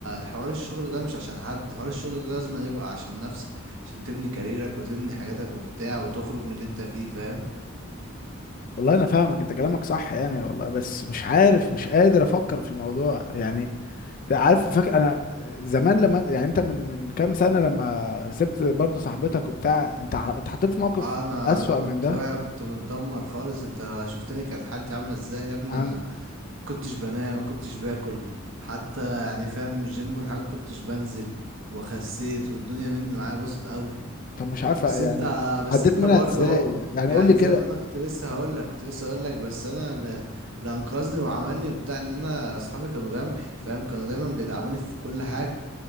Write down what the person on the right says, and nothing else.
حوار الشغل ده مش عشان حد حوار الشغل ده لازم يبقى عشان نفسك عشان تبني كاريرك وتبني حاجاتك وبتاع وتخرج من اللي أنت فيه فاهم
آه أنا
أنا كنت
واقع كنت متدمر خالص أنت شفتني كانت حالتي عاملة إزاي يا ابني
أنا كنتش بنام ما كنتش باكل حتى يعني فاهم الجيم والحاجة ما كنتش بنزل وخسيت والدنيا مني معايا باظت أوي
بس انت بس
انت
برضه
اهو
يعني
زي ما انا كنت لسه هقول لك كنت لسه هقول لك بس انا اللي اللي انقذني وعملني وبتاع ان انا اصحابي كانوا جنبي فاهم كانوا دايما بيدعموني في كل حاجه